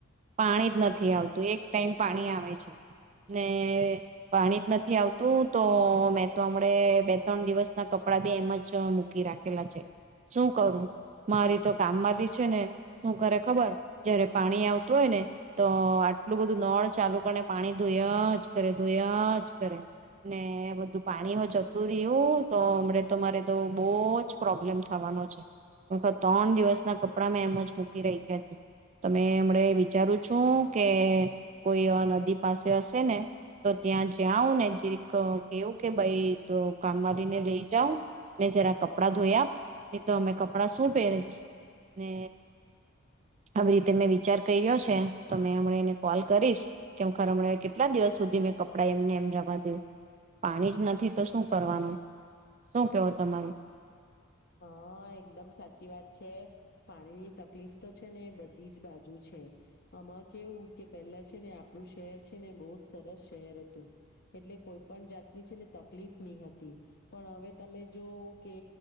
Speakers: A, on the right (about 35°); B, on the left (about 50°).
A: પાણી જ નથી આવતું, એક ટાઈમ પાણી આવે છે, ને પાણી જ નથી આવતું, તો મેં તો હમણે બે ત્રણ દિવસ ના કપડા બે એમ જ મૂકી રાખેલા છે. શું કરું? મારી તો કામ વાળી છે ને શું કરે ખબર જયારે પાણી આવતું હોય ને તો આટલું બધું નળ ચાલુ કરીને પાણી ધોયા જ કરે ધોયા જ કરે, ને બધું પાણી હ જતું રહ્યું તો હમણે તો બહુ જ પ્રોબ્લેમ થવાનો છે. હું તો તણ દિવસના કપડા મેં એમ જ મૂકી રાયખા છે. તો મેં હમણે વિ ચારું છું કે કોઈ નદી પાસે હશે ને તો ત્યાં જ્યાઉને જીરીક કેવું કે ભઈ તું કામવાળીને લઈ જાઉ, ને જરા કપડાં ધોયા, ને તો અમે કપડા શું પહેરીશ? ને આવી રીતે મેં વિચાર ક્યરો છે, તો મે હમણાં એને કોલ કરીશ કે <unintelligible> કેટલા દિવસ સુધી મેં કપડાં એમને એમ જવા રહેવા દઉં? પાણી જ નથી તો શું કરવાનું? શું કેવો તમારું?
B: હા, એકદમ સાચી વાત છે. પાણીની તકલીફ તો છે ને બધી જ બાજુ છે. આમાં કેવું કે પેલા છે ને આપણું શહેર છે ને બહુ જ સરસ શહેર હતું. એટલે કોઈ પણ જાતની છે ને તકલીફ નહી હતી, પણ હવે તમે જો કે